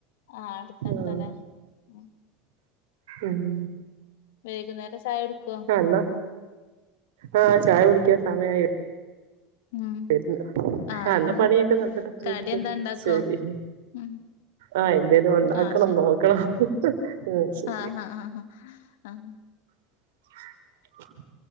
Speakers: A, on the left; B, on the right.
A: ആഹ് അടുത്തടുത്തല്ലേ
B: ആ
A: ആ
B: ഉം
A: വൈകുന്നേരം ചായ കുട്ക്കോ?
B: ആ എന്നാ ആ ചായ കുടിക്കാൻ സമയായി
A: ഉം
B: <unintelligible>
A: ആഹ്
B: ആ എന്നാ പണിയൊക്കെ നടക്കട്ടെ
A: കടി എന്താ ഇണ്ടാക്കോ?
B: ശരി
A: ഉം
B: ആ എന്തേലും ഉണ്ടാക്കണം
A: ആഹ് ശരി
B: നോക്കണം ഉം ശരി
A: ആഹ് ആഹ് ആഹ് ആ ആഹ്
B: <inaudible>